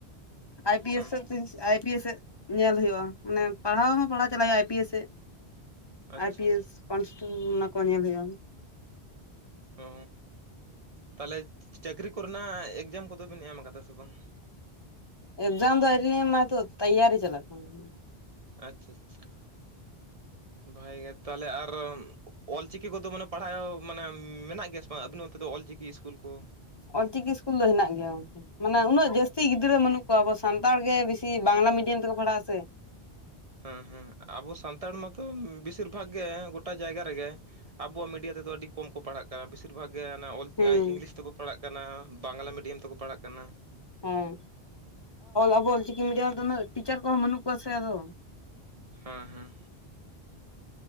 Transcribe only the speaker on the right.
ᱦᱮᱸ
ᱟᱪᱪᱷᱟ
ᱚ ᱛᱟᱦᱚᱞᱮ ᱪᱟᱹᱠᱨᱤ ᱠᱚᱨᱮᱱᱟᱜ ᱮᱠᱡᱟᱢ ᱠᱚᱫᱚ ᱵᱤᱱ ᱮᱢ ᱠᱟᱫᱟ ᱥᱮ ᱵᱟᱝ
ᱟᱪᱪᱷᱟ ᱟᱪᱪᱷᱟ ᱵᱷᱟᱜᱮ ᱜᱮ ᱛᱟᱦᱞᱮ ᱟᱨ ᱚᱞ ᱚᱞ ᱪᱤᱠᱤ ᱠᱚᱫᱚ ᱢᱟᱱᱮ ᱯᱟᱲᱦᱟᱣ ᱢᱟᱱᱮ ᱢᱮᱱᱟᱜ ᱜᱮᱭᱟ ᱥᱮ ᱵᱟᱝ ᱟᱵᱤᱱ ᱚᱱᱛᱮ ᱫᱚ ᱚᱞᱪᱤᱠᱤ ᱤᱥᱠᱩᱞ ᱠᱚ
ᱦᱮᱸ ᱦᱮᱸ ᱟᱵᱚ ᱥᱟᱱᱛᱟᱲ ᱢᱟᱛᱚ ᱵᱮᱥᱤᱨ ᱵᱷᱟᱜᱽ ᱜᱮ ᱜᱚᱴᱟ ᱡᱟᱭᱜᱟ ᱨᱮᱜᱮ ᱟᱵᱚᱣᱟᱜ ᱢᱤᱰᱤᱭᱟ ᱛᱮᱫᱚ ᱟᱹᱰᱤ ᱠᱚᱢ ᱠᱚ ᱯᱟᱲᱦᱟᱜ ᱠᱟᱱᱟ ᱵᱮᱥᱤᱨ ᱵᱷᱟᱜᱽ ᱜᱮ ᱚᱞ
ᱤᱝᱞᱤᱥ ᱛᱮᱠᱚ ᱯᱟᱲᱦᱟᱜ ᱠᱟᱱᱟ ᱵᱟᱝᱞᱟ ᱢᱤᱰᱤᱭᱟᱢ ᱛᱮᱠᱚ ᱯᱟᱲᱦᱟᱜ ᱠᱟᱱᱟ
ᱦᱮᱸ ᱦᱮᱸ